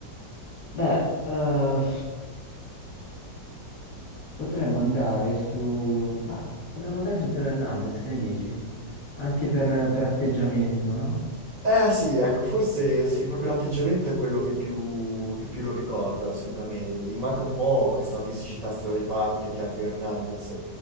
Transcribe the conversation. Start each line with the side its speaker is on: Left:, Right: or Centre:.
Left: Beh, eh, potremmo andare su... Ma potremmo andare su Teo Hernandez, che ne dici? Anche per, per atteggiamento, no?
Right: Eh sì, ecco, forse sì, proprio l'atteggiamento è quello che più, che più lo ricorda, assolutamente. Gli manca un po' questa fisicità straripante che ha Teo Hernandez.